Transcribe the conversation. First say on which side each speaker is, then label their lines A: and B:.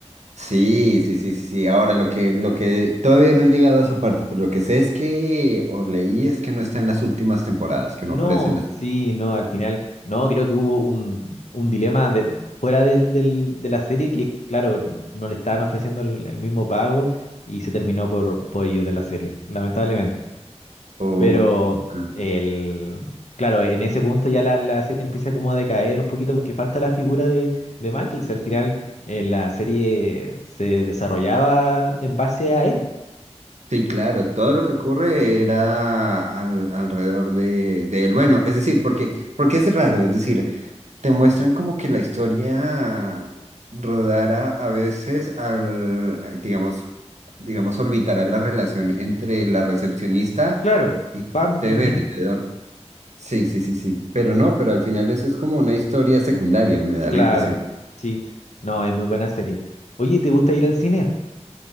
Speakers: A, on the right; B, on the left.
A: Sí, sí, sí, sí. Ahora lo que, lo que todavía no he llegado a esa parte, pero lo que sé es que, o leí, es que no está en las últimas temporadas, que no
B: No,
A: aparece en las...
B: sí, no, al final, no, creo que hubo un, un dilema de- fuera del, del- de la serie que, claro, no le estaban ofreciendo el, el mismo pago y se terminó por, por ir de la serie, lamentablemente.
A: o-
B: Pero,
A: ah,
B: el, claro, en ese punto ya la, la serie empieza como a decaer un poquito porque falta la figura de, de Michael. Si al final eh, la serie se desarrollaba en base a él.
A: Sí, claro, todo lo que ocurre era al- alrededor de, de él. Bueno, es decir, porque, porque es raro, es decir, te muestran como que la historia rodara a veces al, ay, digamos, digamos, orbitará la relación entre la recepcionista
B: Claro,
A: y
B: Pam
A: este
B: y
A: vendedor.
B: Jim.
A: Sí, sí, sí, sí. Pero no, pero al final eso es como una historia secundaria, me da
B: Claro,
A: la impresión.
B: sí. No, es muy buena serie. Oye, ¿te gusta ir al cine?